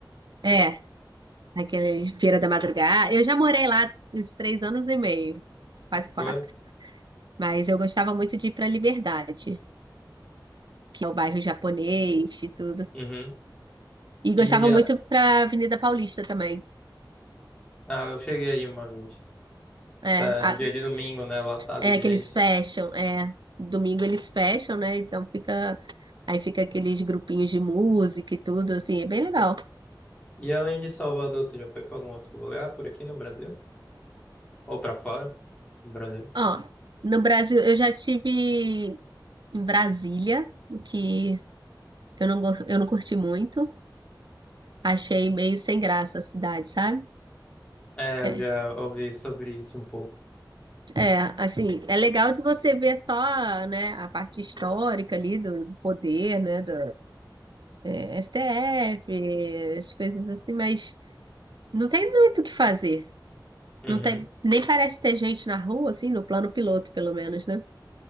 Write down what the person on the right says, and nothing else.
É, aquele Feira da Madrugada. Eu já morei lá uns três anos e meio, quase quatro.
Mas eu gostava muito de ir pra Liberdade, que é o bairro japonês e tudo.
E
gostava
muito pra Avenida Paulista também.
É,
a-
é
aqueles
fecham, é. Domingo eles fecham, né? Então fica Aí fica aqueles grupinhos de música e tudo, assim, é bem legal.
Ó, no Brasil, eu já tive em Brasília, o que eu não, go- eu não curti muito. Achei meio sem graça a cidade, sabe?
É,
é, assim, é legal de você ver só, né, a parte histórica ali do poder, né, do é, STF, as coisas assim, mas não tem muito o que fazer.
Não tem, nem parece ter gente na rua, assim, no plano piloto, pelo menos, né?